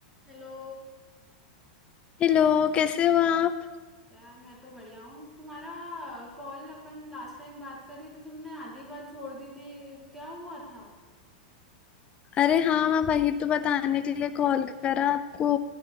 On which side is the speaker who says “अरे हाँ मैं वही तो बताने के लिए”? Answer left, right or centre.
Left